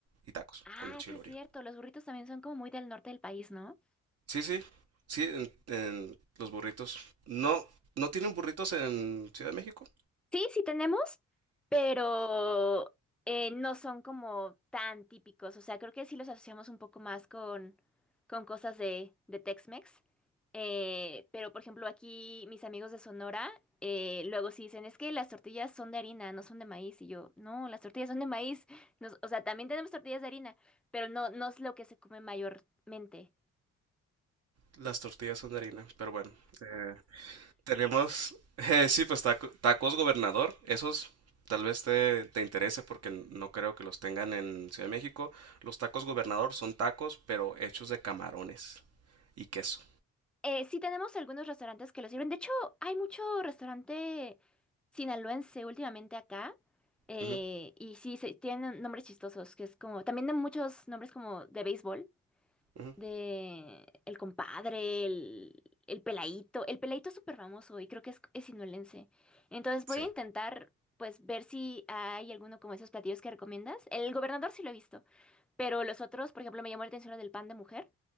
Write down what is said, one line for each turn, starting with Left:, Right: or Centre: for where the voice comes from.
Right: y tacos
Centre: Ah,
Right: con el chilorio.
Centre: sí es cierto, los burritos también son como muy del norte del país, ¿no?
Right: Sí, sí, sí, en, en los burritos. No, no tienen burritos en Ciudad de México.
Centre: Sí, sí tenemos, pero eh, no son como tan típicos. O sea, creo que sí los asociamos un poco más con, con cosas de, de Tex-Mex. Eh, pero, por ejemplo, aquí mis amigos de Sonora eh, luego sí dicen, es que las tortillas son de harina, no son de maíz. Y yo, no, las tortillas son de maíz. Nos- o sea, también tenemos tortillas de harina, pero no, no es lo que se come mayormente.
Right: Las tortillas son de harina, pero bueno. Eh, tenemos, <laughs> eh, sí, pues taco- tacos gobernador. Esos tal vez te, te interese porque no creo que los tengan en Ciudad de México. Los tacos gobernador son tacos, pero hechos de camarones y queso.
Centre: Eh, sí tenemos algunos restaurantes que lo sirven. De hecho, hay mucho restaurante sinaloense últimamente acá. eh,
Right: Ujú,
Centre: y sí, se, tienen nombres chistosos, que es como, también de muchos nombres como de béisbol,
Right: ujú,
Centre: de El Compadre, el, el Peladito. El Peladito es súper famoso y creo que es, es sinaloense. Entonces
Right: sí.
Centre: voy a intentar, pues, ver si hay alguno como esos platillos que recomiendas. El gobernador sí lo he visto, pero los otros, por ejemplo, me llamó la atención lo del pan de mujer.